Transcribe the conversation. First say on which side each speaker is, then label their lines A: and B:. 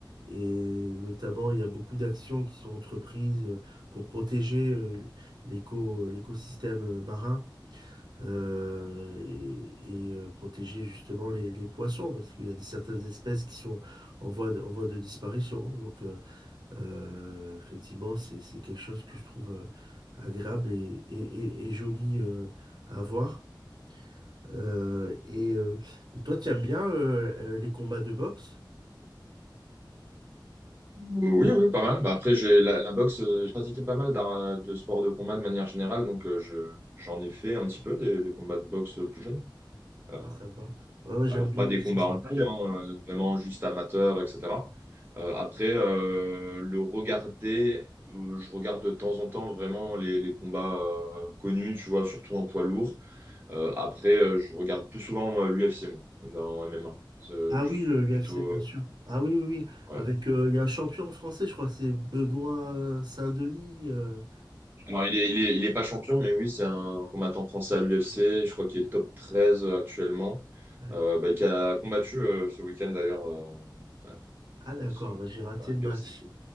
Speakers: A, on the right; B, on the right.
A: Et notamment, il y a beaucoup d'actions qui sont entreprises euh, pour protéger. euh, l'éco, l'écosystème euh, marin euh, et, et, euh, protéger justement les, les poissons parce qu'il y a des, certaines espèces qui sont en voie de, en voie de disparition. Donc euh, euh, effectivement, c'est, c'est quelque chose que je trouve euh, agréable et, et, et, et joli euh, à voir. Euh, et euh, toi, tu aimes bien euh, euh, les combats de boxe?
B: Ah Oui, oui, pas mal. Bah, après, j'ai la, la boxe, euh, j'ai pratiqué pas mal d'art- de sports de combat de manière générale, donc euh, je, j'en ai fait un petit peu des, des combats de boxe euh, plus jeunes. Euh,
A: Ah, sympa. Ouais, ouais, j'aime
B: alors,
A: bien
B: pas des
A: aussi
B: combats
A: ça.
B: en pro, hein, euh, vraiment juste amateurs, etc. Euh, après, euh, le regarder, euh, je regarde de temps en temps vraiment les, les combats euh, connus, tu vois, surtout en poids lourd. Euh, après, euh, je regarde plus souvent l'UFC dans MMA. C'est-
A: Ah
B: Je
A: oui,
B: suis
A: le
B: plutôt.
A: UFC, bien
B: euh,
A: sûr. Ah oui, oui, oui.
B: ouais,
A: Avec, euh, il y a un champion français, je crois, c'est Benoît euh, Saint-Denis. euh,
B: Alors, il est, il est, il est pas champion, mais oui, c'est un combattant français à l'UFC. Je crois qu'il est top 13 actuellement.
A: ouais.
B: Euh, bah, qui a combattu euh, ce week-end d'ailleurs euh, à
A: Ah d'accord,
B: ce-
A: bah, j'ai raté
B: à
A: le match.
B: l'UFC.